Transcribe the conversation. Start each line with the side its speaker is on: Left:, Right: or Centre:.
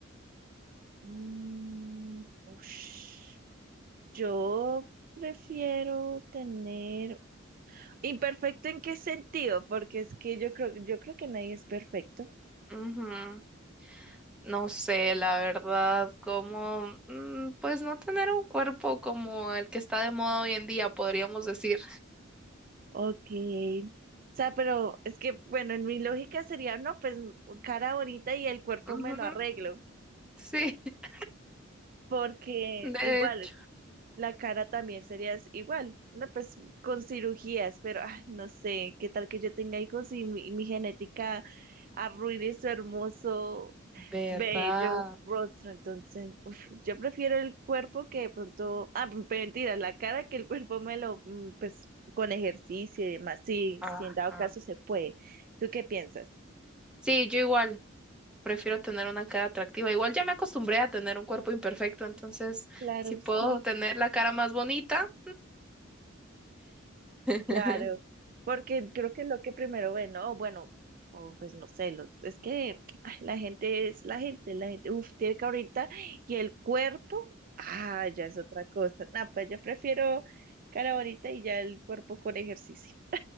Right: Mm, ush. yo prefiero tener imperfecto en qué sentido, porque es que yo creo, yo creo que nadie es perfecto.
Centre: Ujú. No sé, la verdad, como, mm, pues no tener un cuerpo como el que está de moda hoy en día, podríamos decir.
Right: Ok. O sea, pero es que, bueno, en mi lógica sería, no, pues cara bonita y el cuerpo
Centre: Ujú,
Right: me lo arreglo,
Centre: Sí, <laughs>
Right: porque
Centre: de
Right: igual
Centre: hecho.
Right: La cara también sería s- igual, no, pues con cirugías, pero ah, no sé, qué tal que yo tenga hijos y mi, mi genética arruine su hermoso,
Centre: ¿Verdad?
Right: bello rostro. Entonces, uf, yo prefiero el cuerpo que de pronto, ah, m- mentira, la cara que el cuerpo me lo, mm, pues con ejercicio y demás, sí,
Centre: Ajá.
Right: si en dado caso se puede. ¿Tú qué piensas?
Centre: Sí, yo igual prefiero tener una cara atractiva. Igual ya me acostumbré a tener un cuerpo imperfecto, entonces
Right: Claro,
Centre: si puedo
Right: sí.
Centre: tener la cara más bonita,
Right: Claro,
Centre: <laughs>
Right: porque creo que es lo que primero ven, ¿no? O Bueno, o pues no sé, lo- es que ay, la gente es la gente, la gente, uf, tiene que ahorita, y el cuerpo, ah, ya es otra cosa. No, pues yo prefiero cara bonita y ya el cuerpo con ejercicio.